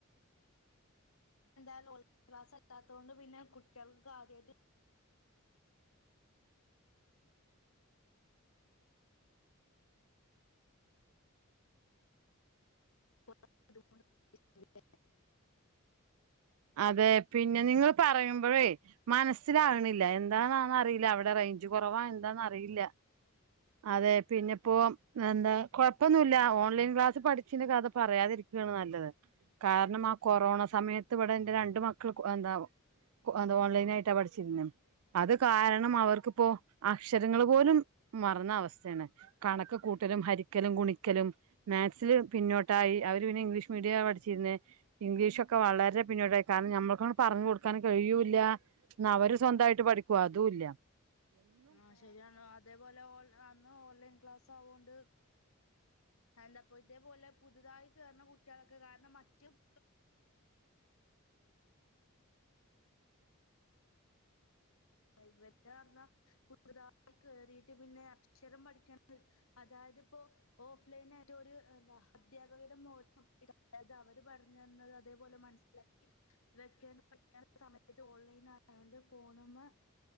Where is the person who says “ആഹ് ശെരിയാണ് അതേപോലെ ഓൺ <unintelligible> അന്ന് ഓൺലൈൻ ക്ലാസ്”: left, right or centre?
Left